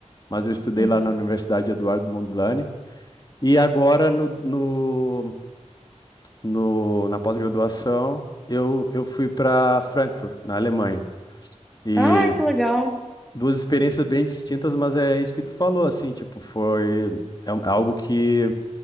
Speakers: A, on the left; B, in the centre.
A: Mas eu estudei
B: Uhum.
A: lá na Universidade Eduardo Mondlane. E agora no, no, no- na pós-graduação eu, eu fui para Frankfurt, na Alemanha. E
B: Ah, que legal!
A: duas experiências bem distintas, mas é isso que tu falou, assim, tipo, foi é um- é algo que